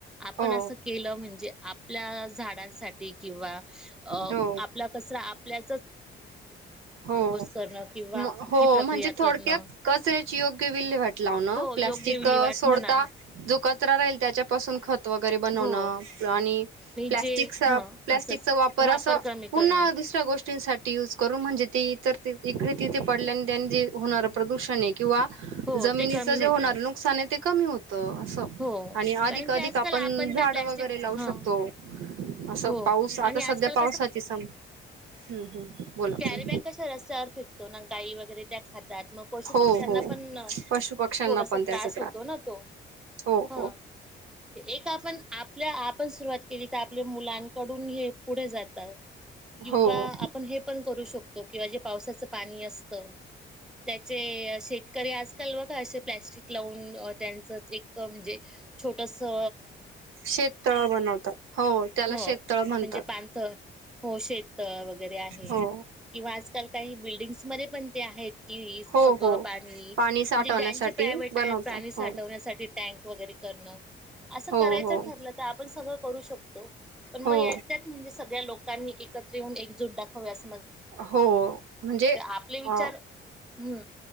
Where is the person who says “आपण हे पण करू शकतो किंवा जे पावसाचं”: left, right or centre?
Centre